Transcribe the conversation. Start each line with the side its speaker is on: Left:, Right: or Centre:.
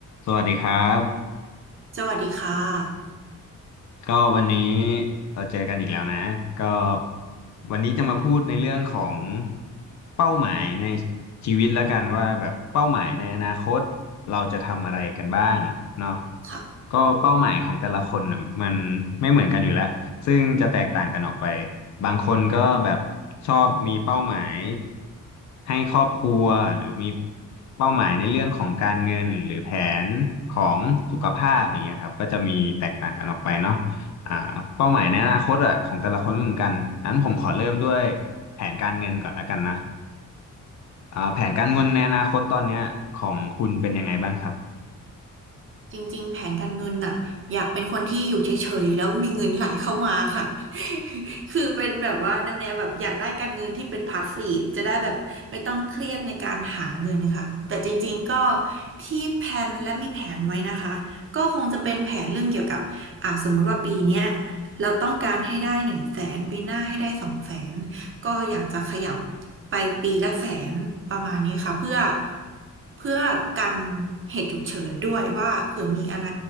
Left: สวัสดีครับ
Right: สวัสดีค่ะ
Left: ก็วันนี้เราเจอกันอีกแล้วนะก็วันนี้จะมาพูดในเรื่องของเป้าหมายในชีวิตแล้วกันว่าแบบเป้าหมายในอนาคตเราจะทำอะไรกันบ้างเนาะ
Right: ค่ะ
Left: ก็เป้าหมายของแต่ละคนน่ะมันไม่เหมือนกันอยู่แล้วซึ่งจะแตกต่างกันออกไปบางคนก็แบบชอบมีเป้าหมายให้ครอบครัวหรือมีเป้าหมายในเรื่องของการเงินหรือแผนของสุขภาพอย่างเงี้ยครับก็จะมีแตกต่างกันออกไปเนาะ อ่าเป้าหมายในอนาคตอ่ะของแต่ละคนไม่เหมือนกันนั้นผมขอเริ่มด้วยแผนการเงินก่อนและกันนะอ่าแผนการเงินในอนาคตตอนเนี้ยของคุณเป็นยังไงบ้างครับ
Right: จริงๆแผนการเงินน่ะอยากเป็นคนที่อยู่เฉยๆแล้วมีเงินไหลเข้ามาค่ะ <laughs> คือเป็นแบบว่าแนวๆแบบอยากได้การเงินที่เป็นพาสซีฟจะได้แบบไม่ต้องเครียดในการหาเงินค่ะ แต่จริงๆก็ที่แพลนและมีแผนไว้นะคะ ก็คงจะเป็นแผนเรื่องเกี่ยวกับอ่าสมมุติว่าปีเนี้ยเราต้องการให้ได้หนึ่งแสนปีหน้าให้ได้สองแสน ก็อยากจะขยับไปปีละแสนประมาณนี้ค่ะเพื่อเพื่อกันเหตุฉุกเฉินด้วยว่าเผื่อมีอะไร